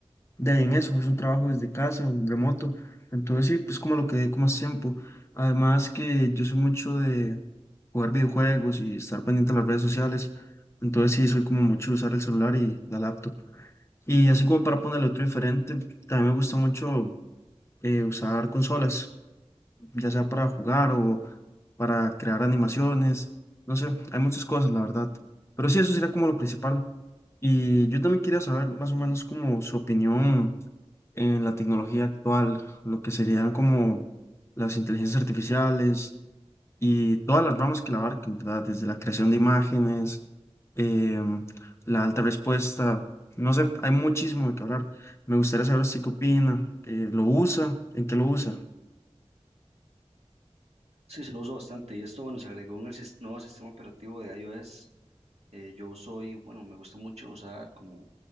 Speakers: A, on the left; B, on the right.
A: de ahí en eso, es un trabajo desde casa, un remoto, entonces sí, pues como lo que dedico más tiempo. Además que yo soy mucho de jugar videojuegos y estar pendiente de las redes sociales, entonces sí, soy como mucho de usar el celular y la laptop. Y así como para ponerle otro diferente, también me gusta mucho eh, usar consolas, ya sea para jugar o para crear animaciones, no sé, hay muchas cosas, la verdad. Pero sí, eso sería como lo principal. Y yo también quería saber más o menos como su opinión en la tecnología actual, lo que serían como las inteligencias artificiales y todas las ramas que la abarcan, ¿verdad? Desde la creación de imágenes, em, la alta respuesta, no sé, hay muchísimo de qué hablar. Me gustaría saber usted qué opina, eh, ¿lo usa? ¿En qué lo usa?
B: Sí, se lo uso bastante y esto, bueno, se agregó en el sis- nuevo sistema operativo de iOS. Eh, yo soy, bueno, me gusta mucho usar como